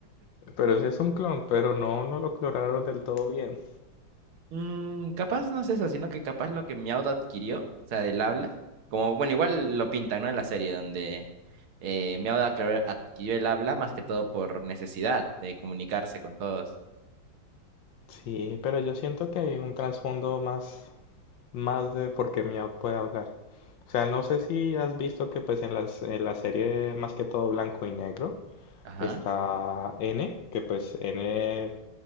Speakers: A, on the left; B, on the right.
A: Pero sí es un clon, pero no, no lo clonaron del todo bien.
B: Mm, capaz no es eso, sino que capaz lo que Meowth adquirió, o sea, del habla, como, bueno, igual lo pintan, ¿no? En la serie donde eh, Meowth aclar- adquirió el habla más que todo por necesidad de comunicarse con todos.
A: Sí, pero yo siento que hay un trasfondo más, más de por qué Meow puede hablar. O sea, no sé si has visto que pues en las, en la serie más que todo blanco y negro,
B: Ajá,
A: Está N, que pues N